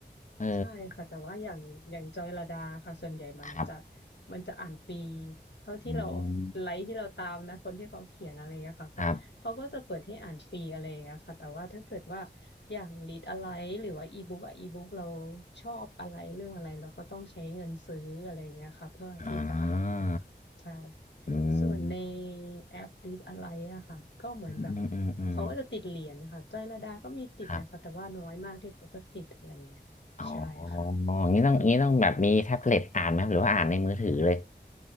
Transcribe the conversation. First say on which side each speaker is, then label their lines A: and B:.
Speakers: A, on the left; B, on the left.
A: เออ
B: ใช่ค่ะแต่ว่าอย่างอย่างจอยลดาค่ะส่วนใหญ่มันจะ
A: ครับ
B: มันจะอ่านฟรีเท่าที่เรา
A: อืม
B: ไลค์ที่เราตามนะคนที่เขาเขียนอะไรเงี้ยค่ะก็เขาก็จะเปิดให้อ่านฟรีอะไรเงี้ยค่ะแต่ว่าถ้าเกิดว่า
A: ครับ
B: อย่างรีดอะไรหรือว่าอีบุ๊กอะอีบุ๊กเราชอบอะไรเรื่องอะไรเราก็ต้องใช้เงินซื้ออะไรเงี้ยค่ะเพื่อที่จะอ่านค่ะใช่
A: อ่าอืม
B: ส่วนในแอป Dis อะไรอะค่ะก็เหมือนแบบ
A: อืมอืมอืมอืม
B: เขาก็จะติดเหรียญค่ะจรอยลดาก็มีติดนะคะแต่ว่าน้อยมากที่เขาจะติดอะไรอย่างเงี้ยใช่ค่ะ
A: ครับอ๋ออย่างนี้ต้องอย่างนี้ต้องแบบมีแท็บเล็ตอ่านไหมครับหรือว่าอ่านในมือถือเลย
B: อืม